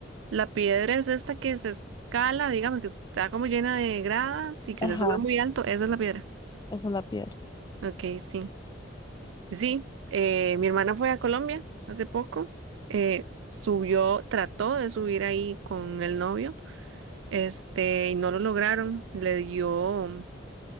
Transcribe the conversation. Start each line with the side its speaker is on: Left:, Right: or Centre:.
Right: La piedra es esta que se escala, digamos, que está como llena de gradas y que
Left: ajá,
Right: se sube muy alto. Esa es la piedra.
Left: esa es la piedra.
Right: Ok, sí. Sí, eh, mi hermana fue a Colombia hace poco. eh, subió, trató de subir ahí con el novio. Este, y no lo lograron. Le dio,